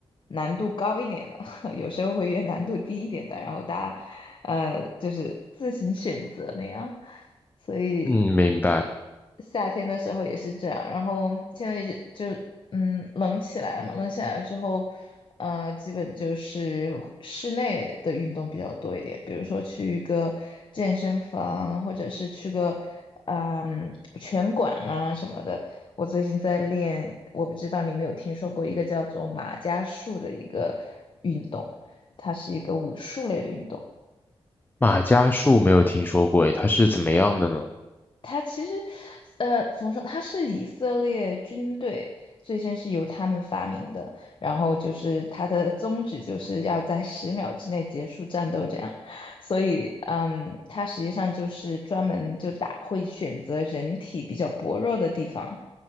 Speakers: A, on the left; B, on the left.
A: 难度高一点的，<laughs> 有时候会约难度低一点的，然后大家呃就是自行选择那样，所以。
B: 嗯，明白。
A: 夏天的时候也是这样，然后现在一直就嗯冷起来了嘛，冷起来了之后，呃，基本就是室内的运动比较多一点，比如说去一个健身房，或者是去个嗯拳馆啊什么的。我最近在练，我不知道你有没有听说过一个叫做马伽术的一个运动，它是一个武术类的运动。
B: 马伽术没有听说过，诶，它是怎么样的呢？
A: 它其实，呃，怎么说？它是以色列军队最先是由他们发明的，然后就是它的宗旨就是要在十秒之内结束战斗，这样。所以，嗯，它实际上就是专门就打，会选择人体比较薄弱的地方，